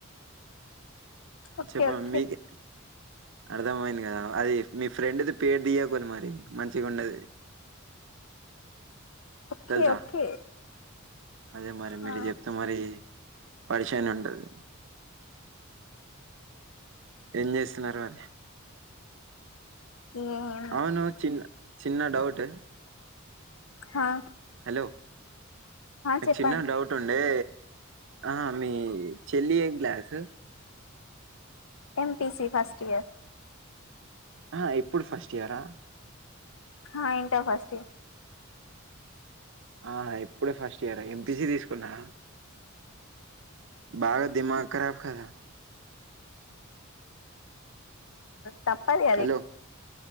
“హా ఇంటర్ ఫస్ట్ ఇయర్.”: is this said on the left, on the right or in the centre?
Left